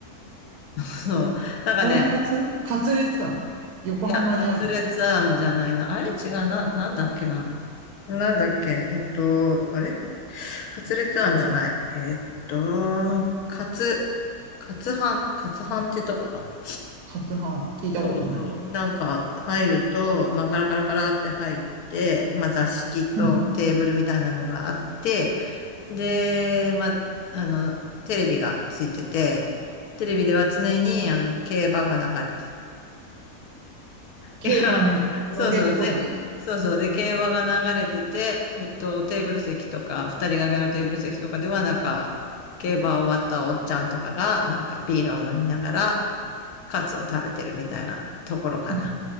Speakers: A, on the left; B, on the right.
A: <laughs> そう。なんかね、
B: とんかつカツレツ庵横浜にある
A: いや、カツレツ庵じゃないな。あれ違うな、なんだっけな。なんだっけ、えっと、あれカツレツ庵じゃない。えっと、カツ、カツハン、カツハンってとこかな。
B: カツ飯、聞いたことないね。
A: そうそう。なんか入ると、まあガラガラガラって入って、まあ座敷とテーブルみたいなのがあって、
B: <laughs>
A: で、まあ、あの、テレビがついてて、テレビでは常にあの競馬が流れて
B: 競馬ね、
A: る。<laughs> いや、
B: 野毛っぽいね。
A: そうそう。で、そうそう。で、競馬が流れてて、えっと、テーブル席とか、二人掛けのテーブル席とかでは、なんか、競馬終わったおっちゃんとかが、なんかビールを飲みながら、カツを食べてるみたいなところかな。
B: うん